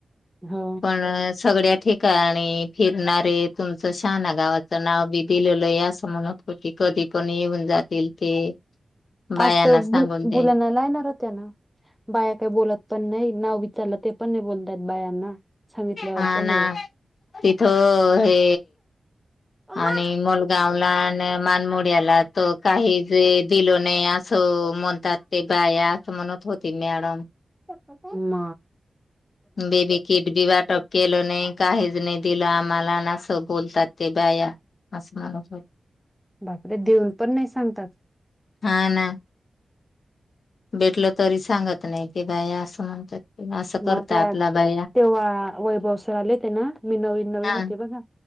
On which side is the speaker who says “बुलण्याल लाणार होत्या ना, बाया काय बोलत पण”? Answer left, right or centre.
Centre